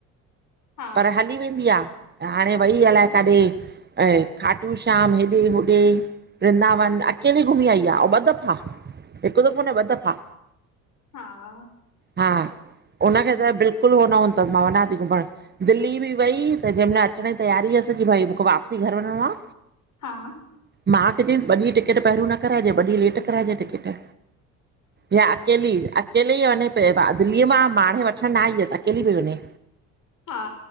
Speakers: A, on the left; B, on the right.
A: हा
B: पर हली वेंदी आ हाणे वई अलाए काॾे। ऐं खाटू श्याम हेॾे होॾे वृंदावन अकेली घुमी आई आ अं ॿ दफ़ा हिकु दफ़ो न ॿ दफ़ा।
A: हा
B: हा हुनखे त बिल्कुल उहो न हूंदो थसि मां वञा थी घुम्मण। दिल्ली बि वई त जंहिंमहिल अचण जी तयारी हुअसि की भई मूंखे वापसी घर वञिणो आ।
A: हा
B: मां खे चईसि ॿ ॾींह टिकट पहिरियों न कराइजे ॿ ॾींहं लेट कराइजे टिकेट। या अकेली अकेले ई वञे पियो भ दिल्लीअ मां माणे वठणु न आई हुयसि अकेली पई वञे।
A: हा